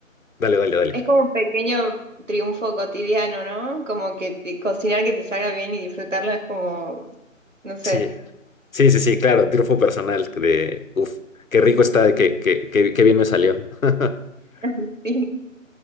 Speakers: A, on the left; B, on the right.
A: Dale, dale, dale.
B: es como un pequeño triunfo cotidiano, ¿no? Como que te- cocinar que te salga bien y disfrutarlo es como, no sé,
A: Sí. Sí, sí, sí, claro, triunfo personal de... Uf, qué rico está, qué, qué, qué, qué bien me salió. <laughs>
B: <laughs> sí,